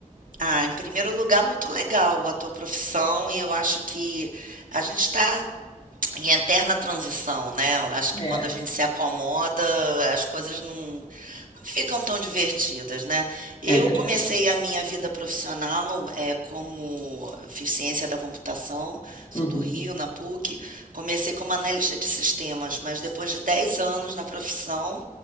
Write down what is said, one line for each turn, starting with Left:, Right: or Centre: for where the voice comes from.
Right: Ah, em primeiro lugar, muito legal a tua profissão, e eu acho que a gente está em eterna transição, né? Eu acho
Left: É,
Right: que quando a gente se acomoda, as coisas não, ficam tão divertidas, né? Eu
Left: é verdade.
Right: comecei a minha vida profissional é, como fiz ciência da computação, sou
Left: Uhum.
Right: do Rio, na PUC. Comecei como analista de sistemas, mas depois de 10 anos na profissão,